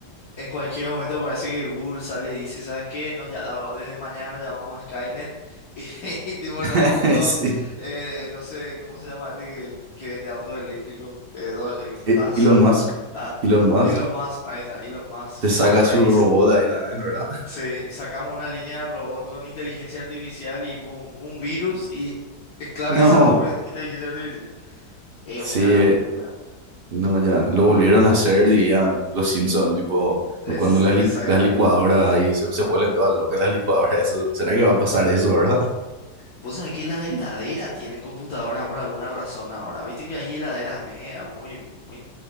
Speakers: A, on the left (about 65°); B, on the right (about 60°).
A: En cualquier momento parece que Google sale y dice, ¿sabes qué? Nos ya, desde mañana llamamos a Skynet <laughs> y, tipo
B: <laughs>
A: nos vamos todos,
B: Sí.
A: eh, no sé, ¿cómo se llama este que, que vende autos eléctricos? Eh, do- eh,
B: E-
A: Tusk.
B: Elon Musk,
A: Ah,
B: Elon
A: ah,
B: Musk,
A: Elon Musk, ahí está, Elon Musk.
B: te saca
A: Agarra
B: su
A: y dice,
B: robot ahí, ¿verdad?
A: se, sacamos una línea de robot con inteligencia artificial y boom, un virus y <laughs>
B: <laughs>
A: esclavizado
B: No.
A: por inteligencia artificial. Es
B: Sí,
A: una locura.
B: eh, no, ya, lo volvieron a hacer, diría los Simpsons, tipo,
A: Es
B: cuando las, li-
A: exactamente.
B: las licuadoras ahí se, se vuelven todas locas las licuadoras, eso, ¿será que va a pasar eso, verdad? <laughs>
A: Vos sabés que las heladeras tienen computadoras por alguna razón ahora. Viste que hay heladeras mega, muy, muy